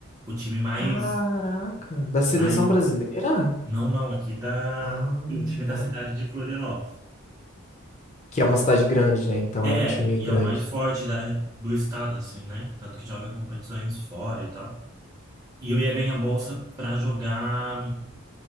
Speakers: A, on the right (about 15°); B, on the left (about 35°).
A: o, time mais,
B: Caraca, da seleção
A: mais.
B: brasileira?
A: Não, não, aqui da.
B: Ah,
A: O time da
B: tá.
A: cidade de Florianópolis.
B: Que é uma cidade grande, né? Então
A: É,
B: era um time
A: e
B: grande.
A: é o mais forte da, do estado, assim, né? Tanto que joga competições fora e tal. E eu ia ganhar bolsa para jogar